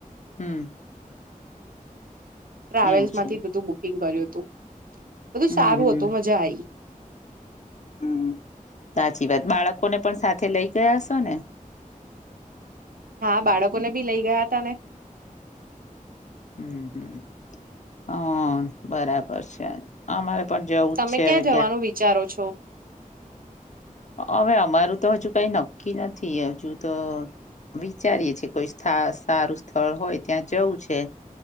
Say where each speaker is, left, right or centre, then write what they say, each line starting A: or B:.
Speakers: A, on the left (about 55°); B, on the right (about 80°).
A: હમ.
B: ટ્રાવેલ્સમાંથી
A: એવું છે
B: બધું બુકિંગ કર્યું હતું. બધું
A: હમ
B: સારું હતું મજા આઈ.
A: હમ, સાચી વાત. બાળકોને પણ સાથે લઇ ગયા હશોને?
B: હા, બાળકોને બી લઈ ગયાતાને.
A: હમ હમ અ બરાબર છે. અમારે પણ જવું
B: તમે
A: જ છે
B: ક્યાં
A: હવે
B: જવાનું વિચારો છો?
A: અવે અમારું તો હજુ કઈ નક્કી નથી. હજુ તો વિચારીએ છીએ કોઈ સ્થા સારું સ્થળ હોય ત્યાં જવું છે.